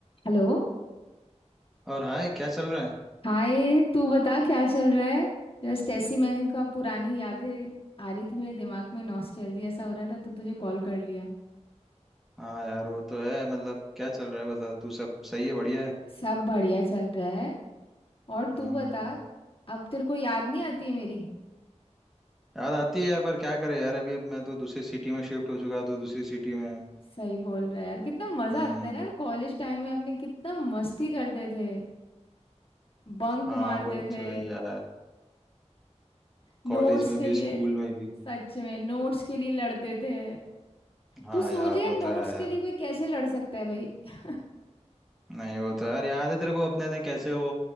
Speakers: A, on the left; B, in the centre.
A: Hello
B: और हाय क्या चल रहा है
A: Hi तू बता क्या चल रहा है जस्ट ऐसी मैंने कहा पुरानी यादें आ रही थी मेरे दिमाग में नॉस्टैल्जिया सा हो रहा था तो तुझे कॉल कर लिया
B: हाँ यार वो तो है मतलब क्या चल रहा है बता तू सब सही है बढ़िया है
A: सब बढ़िया चल रहा है और
B: हम्म
A: तू बता अब तेरे को याद नहीं आती है मेरी
B: याद आती है यार पर क्या करे यार अभी अब मैं तो दूसरी सिटी में शिफ्ट हो चुका तू दूसरी सिटी में है।
A: सही बोल रहा है यार कितना मजा
B: हम्म
A: आता था ना यार कॉलेज टाइम में अपने कितना मस्ती करते थे बंक
B: हाँ
A: मारते
B: वो
A: थे
B: तो है यार
A: नोट्स
B: कॉलेज में
A: के
B: भी
A: लिए
B: स्कूल में भी
A: सच में नोट्स के लिए लड़ते थे
B: हाँ
A: तू सोचे
B: यार वो तो
A: नोट्स
B: है
A: के
B: यार
A: लिए कोई कैसे लड़ सकता है भाई <laughs>
B: नहीं वो तो यार याद है तेरे को अपने ने कैसे वो